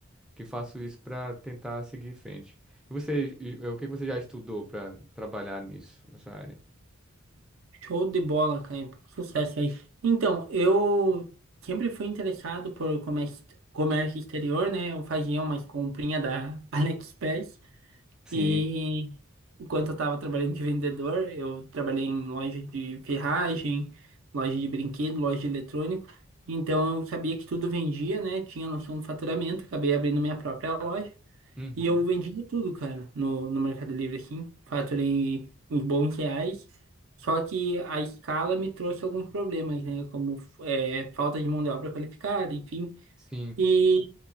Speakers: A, in the centre; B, on the right.
A: que faço isso para tentar seguir em frente. E você, e- o que que você já estudou para trabalhar nisso, nessa área?
B: Show de bola, cara. Sucesso aí. Então, eu sempre fui interessado por comércio, comércio exterior, né? Eu fazia umas comprinhas da <laughs> AliExpress
A: Sim.
B: e enquanto eu estava trabalhando de vendedor, eu trabalhei em loja de ferragem, loja de brinquedo, loja de eletrônico. Então, eu sabia que tudo vendia, né? Tinha noção do faturamento, acabei abrindo minha própria loja.
A: Uhum.
B: E eu vendi tudo, cara, no, no Mercado Livre, assim. Faturei uns bons reais. Só que a escala me trouxe alguns problemas, né? Como é, falta de mão de obra qualificada, enfim.
A: Sim.
B: E